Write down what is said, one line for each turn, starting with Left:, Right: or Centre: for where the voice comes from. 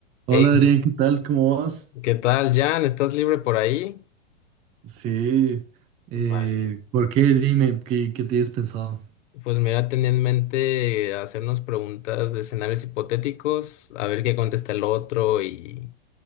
Right: Hola
Left: Hey,
Right: Adrián, ¿qué tal? ¿Cómo vas?
Left: ¿qué tal, Jan? ¿Estás libre por ahí?
Right: Sí, eh,
Left: Vale.
Right: ¿por qué? Dime, ¿qué, qué tienes pensado?
Left: Pues mira, tenía en mente hacernos preguntas de escenarios hipotéticos, a ver qué contesta el otro y